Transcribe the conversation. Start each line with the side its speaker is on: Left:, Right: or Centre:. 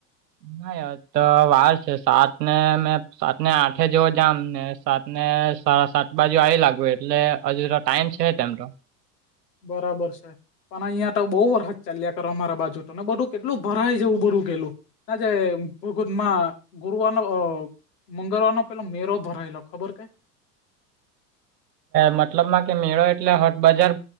Right: નાત. તો વાત છે, સાત ને મેં સાત ને, આઠે જોવ જ ને, સાત ને સાડા સાત બાજુ આવી લાગુ, એટલે હજુ તો ટાઈમ છે, તેમનો
Left: બરાબર છે. પણ અહીંયા તો બહુ વરષત ચાલ્યા કરે, અમારા બાજુ તો ને, બધું કેટલું ભરાય જેવું બધું ગેલું. ના, જેમાં ગુરુવાનો મંગળવાર નો, પેલો મેરો ભરાયેલો ખબર કે
Right: મતલબમાં કે, મેળો એટલે હટ બજાર